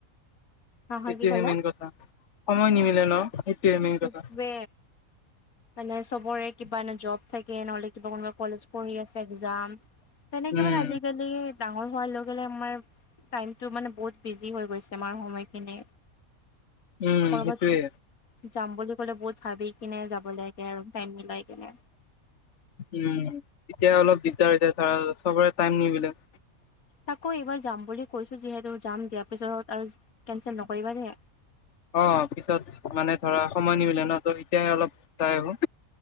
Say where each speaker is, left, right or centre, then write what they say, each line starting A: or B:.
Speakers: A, on the left; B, on the left.
A: হা হা
B: এইটোয়হে
A: কি ক'লা?
B: মেইন কথা সময় নিমিলে ন? সেইটোৱে মেইন কথা।
A: সেটোৱে মানে চবৰে কিবা ন জব থাকি লে নহলে কিবা কোনোবা কলেজ পঢ়ি আছে একজাম তেনেকে
B: উম,
A: মানে আজিকালি ডাঙৰ হোৱাৰ লগে লগে আমাৰ টাইমতটো মানে বহুত বিজি হৈ গৈছে আমাৰ সময়খিনি।
B: উম,
A: ক'ৰবাত
B: সেটোৱে।
A: যাম বুলি ক'লে বহুত ভাবি কিনে যাব লাগে আৰু টাইম মিলাই কিনে।
B: উম, তেতিয়া অলপ দিগদাৰ হৈ যায় ধৰ চবৰে টাইম নিমিলে।
A: আকৌ এইবাৰ যাম বুলি কৈছো যিহেতু যাম দিয়া পিছত আৰু কেনচেল নকৰিবা দে।
B: অ', পিছত মানে ধৰা সময় নিমিলে ন ত এতিয়া অলপ যাই আহো।